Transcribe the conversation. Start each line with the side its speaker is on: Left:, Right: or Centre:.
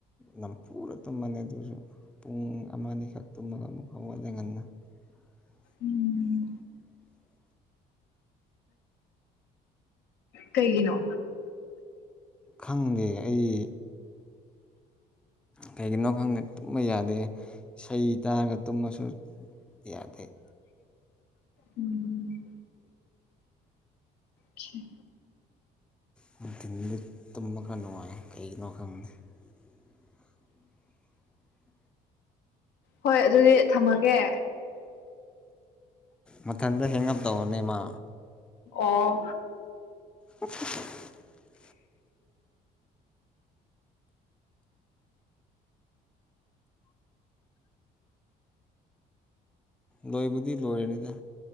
Centre: ꯅꯝ ꯄꯨꯔ ꯇꯨꯝꯃꯅꯤ ꯑꯗꯨꯁꯨ ꯄꯨꯡ ꯑꯃ ꯑꯅꯤ ꯁꯛꯛꯇꯨꯃ ꯑꯃꯨꯛꯥꯎꯋꯥ ꯂꯩ ꯉꯅ <unintelligible>
Left: ꯎꯝ ꯀꯩꯒꯤꯅꯣ
Centre: ꯈꯪꯒꯦ ꯑꯩ ꯀꯩꯒꯤꯅꯣ ꯈꯪꯗꯦ ꯇꯨꯝꯕ ꯌꯥꯗꯦ ꯏꯁꯩ ꯇꯥꯔꯒ ꯇꯨꯝꯃꯁꯨ ꯌꯥꯗꯦ
Left: ꯎꯝ ꯎ
Centre: ꯅꯨꯡꯊꯤꯟꯗꯨꯗꯤ ꯇꯨꯝꯕ ꯈꯔ ꯅꯨꯡꯉꯥꯏ ꯀꯩꯒꯤꯅꯣ ꯈꯪꯗꯦ <unintelligible>
Left: ꯍꯣꯏ ꯑꯗꯨꯗꯤ ꯊꯝꯃꯒꯦ
Centre: ꯃꯊꯟꯇ ꯍꯦꯡꯑꯞ ꯇꯧꯔꯅꯦꯃ
Left: ꯑꯣ
Centre: ꯎ <unintelligible> ꯂꯣꯏꯕꯨꯗꯤ ꯂꯣꯏꯔꯅꯤꯗ